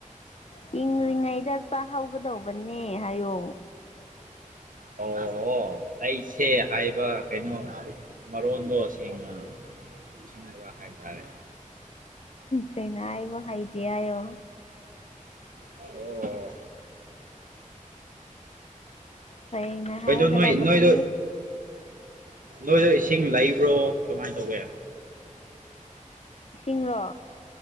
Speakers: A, on the left (about 50°); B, on the right (about 80°).
A: ꯍꯤꯡꯂꯤꯉꯩꯗ ꯆꯥꯍꯧꯒꯗꯧꯕꯅꯦ ꯍꯥꯏꯌꯣ
B: ꯑꯣ ꯑꯣ ꯑꯩꯁꯦ ꯍꯥꯏꯕ ꯀꯩꯅꯣ ꯃꯔꯣꯟꯗꯣ ꯁꯦꯡꯅ ꯁꯪꯗꯕ ꯍꯥꯏ ꯇꯥꯔꯦ
A: ꯁꯦꯡꯅ ꯍꯥꯏꯕ ꯍꯩꯇꯦ ꯍꯥꯏꯑꯣ
B: ꯑꯣ
A: ꯁꯦꯡꯅ ꯍꯥꯏꯒꯗꯕꯅꯦ
B: ꯑꯩꯗꯣ ꯅꯣꯏ ꯅꯣꯏꯗꯣ ꯅꯣꯏꯗꯣ ꯏꯁꯤꯡ ꯂꯩꯕ꯭ꯔꯣ ꯀꯃꯥꯏ ꯇꯧꯒꯦ
A: ꯏꯁꯤꯡꯔꯣ